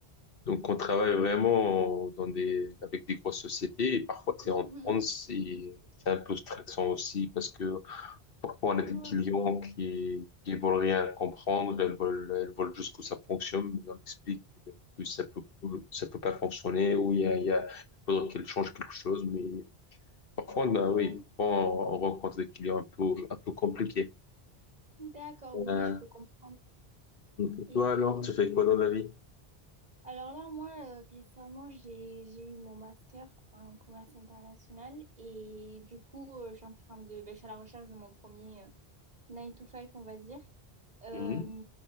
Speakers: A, on the left; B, on the right.
A: donc, on travaille vraiment dans des, avec des grosses sociétés. Et parfois, c'est
B: Mhm.
A: en France et c'est un peu stressant aussi parce que Parfois, on a des
B: Ouais,
A: clients qui qui veulent rien comprendre, elles veulent, elles veulent juste que ça fonctionne, mais on explique que ça peut, ça peut pas fonctionner, ou il y a, il y a, il faudrait qu'elles changent quelque chose, mais parfois, on a-
B: ouais.
A: oui, parfois, on, on rencontre des clients un peu, un peu compliqués.
B: D'accord,
A: Euh,
B: oui, oui, je peux comprendre.
A: et
B: Et
A: toi, alors, tu fais quoi dans la vie?
B: Alors là, moi, euh, récemment, j'ai, j'ai eu mon master en commerce international et du coup, euh, je suis en train de, ben, je suis à la recherche de mon premier euh, 9 to five, on va dire. Euh,
A: Mhm.